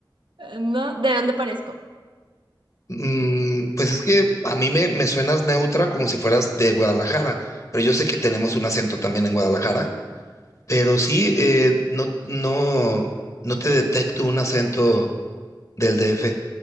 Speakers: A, on the right (about 70°); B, on the left (about 40°).
A: ¿no? ¿De dónde parezco?
B: Mm, pues es que a mí me, me suenas neutra como si fueras de Guadalajara, pero yo sé que tenemos un acento también en Guadalajara, pero sí, eh, no, no, no te detecto un acento del DF